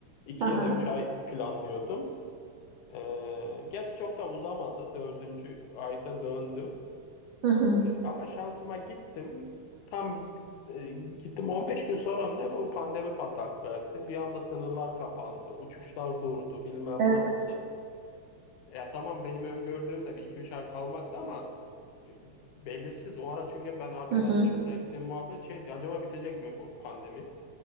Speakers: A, on the left; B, on the right.
A: İki
B: Aha.
A: ya da üç ay planlıyordum. Ee, gerçi çok da uzamadı. Dördüncü ayda döndüm.
B: Hı hı.
A: Ama şansıma gittim. Tam e, gittim 15 gün sonra mı ne bu pandemi patlak verdi. Bir anda sınırlar kapandı. Uçuşlar durdu. Bilmem
B: Evet.
A: ne oldu. Ya tamam benim öngördüğüm de bir iki üç ay kalmaktı ama e, belirsiz o ara çünkü ben arkadaşlarımla
B: Hı hı.
A: ettiğim muhabbet şeydi acaba bitecek mi bu pandemi?